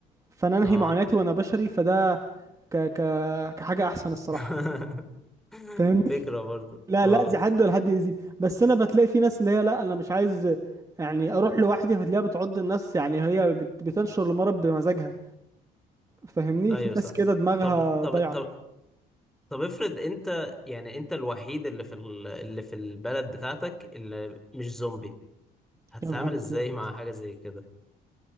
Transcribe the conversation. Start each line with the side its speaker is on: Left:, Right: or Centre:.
Right: فانا انهي
Centre: اه
Right: معاناتي وانا بشري فده ك ك كحاجه احسن الصراحه
Centre: <laughs>
Right: فاهمني
Centre: فكرة برضه
Right: لا
Centre: اه
Right: لا زي حد ولا حد يزيد بس انا بتلاقي في ناس اللي هي لا انا مش عايز يعني اروح لوحدي فتلاقيها بتعض الناس يعني هي بت- بتنشر المرض بمزاجها فاهمني
Centre: ايوه
Right: في ناس
Centre: صح
Right: كده دماغها
Centre: طب طب
Right: ضايعه
Centre: طب طب افرض انت يعني انت الوحيد اللي في ال... اللي في البلد بتاعتك اللي مش زومبي هتتعامل
Right: يا نهار
Centre: ازاي
Right: ابيض
Centre: مع حاجة زي كده